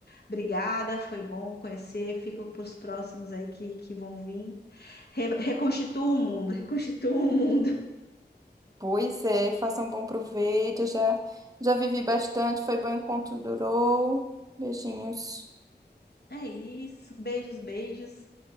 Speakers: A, on the left; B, on the right.
A: obrigada, foi bom conhecer. Fica para os próximos aí que, que vão vir. Re- reconstitua o mundo, <laughs> reconstitua o mundo.
B: pois é, faça um bom proveito. Eu já, já vivi bastante, foi bom enquanto durou. Beijinhos.
A: É isso. Beijos, beijos.